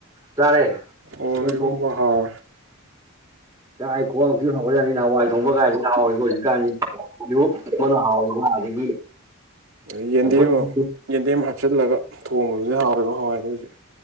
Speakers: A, on the right; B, on the right.
A: ꯆꯥꯔꯦ
B: ꯑꯣ
A: ꯌꯦꯟ
B: ꯏꯔꯣꯝꯕ
A: ꯊꯣꯡꯉꯦ
B: ꯍꯥꯎꯌꯦ
A: ꯥꯏ ꯈꯣꯡꯛꯇ ꯍꯧꯔꯛꯅꯤꯅ ꯍꯋꯥꯏ ꯊꯣꯡꯕ ꯀꯥꯏꯗꯨ ꯍꯥꯎꯔꯤꯕ ꯍꯧꯖꯤꯛꯀꯥꯟ ꯌꯨꯛ ꯃꯅ ꯍꯥꯎꯋꯕ ꯑꯗꯒꯤ
B: ꯑꯩ ꯌꯦꯟꯗꯦꯝ
A: ꯆꯝꯐꯨꯠ ꯑꯗꯒꯤ
B: ꯑꯃ ꯌꯦꯟꯗꯦꯝ ꯍꯥꯞꯆꯤꯜꯂꯒ ꯊꯣꯡꯕꯗꯨꯗꯤ ꯍꯥꯎꯋꯦꯕ ꯍꯋꯥꯏꯗꯣ ꯍꯧꯖꯤꯛ